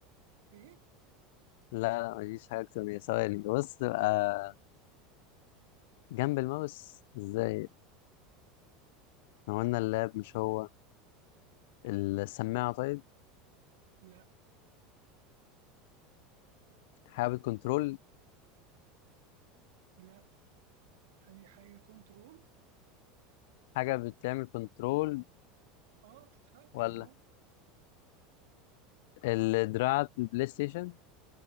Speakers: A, on the right; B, on the left.
A: ايه
B: لا لا مفيش حاجة أكتر من كده. ثواني بص تبقى جنب الماوس إزاي ما هو قلنا اللاب مش هو السماعة طيب
A: لا
B: حاجة بتكنترول
A: لا يعني حاجة كنترول
B: حاجة بتعمل كنترول
A: اه بتتحكم
B: ولا
A: اه
B: الدراع البلاي ستيشن